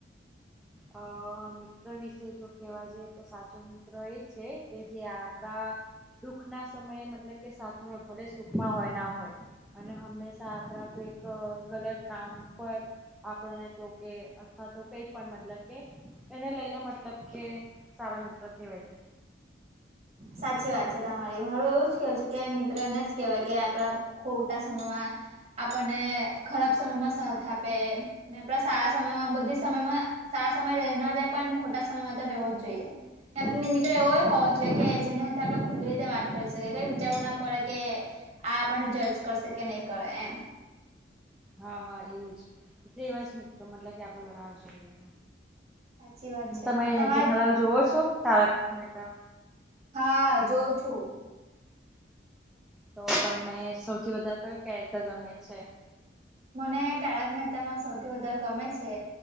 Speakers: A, in the centre; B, on the right (about 35°).
A: અ મિત્ર વિશે જો કેવા જઈએ તો સાચો મિત્ર એ જ છે. કે જે આપણા દુખના સમયે મતલબ કે સાથે હોય ભલે સુખમાં હોય ના હોય. અને હંમેશા આપણા કોઈક ગલત કામ પર આપણને ટોકે અથવા તો કઈ પણ મતલબ કે એને લઈને મતલબ કે સારા મિત્ર કેવાય.
B: સાચી વાત છે તમારી મારું એવું જ કેવું છે કે મિત્ર એને જ કેવાય કે આપણા ખોટા સમયમાં આપણને ખરાબ સમયમાં સાથ આપે. ને આપડા સારા સમયમાં બધી સમયમાં સારા સમય રહે ના રહેે પણ ખોટા સમયમાં તો રહેેવો જ જોઈએ. ને આપ મિત્ર એવો હોવો જોઈએ કે જેની સાથે આપણે ખુલ્લી રીતે વાત કરી શકીએ કઈ વિચારવું ના પડે કે આ આપણને જજ કરશે કે નય કરે એમ.
A: હા હા એવું જ એટલે એવા જ મિત્રો મતલબ કે આપણે બનાવવા જોઈએ.
B: સાચી વાત છે
A: તમે
B: તમારે
A: જેઠાલાલ જોવો છો તારક મેહતા?
B: હા જોઉં છું.
A: તો તમને સૌથી વધારે કયો કેરેક્ટર ગમે છે?
B: મને તારક મહેતામાં સૌથી વધારે ગમે છે,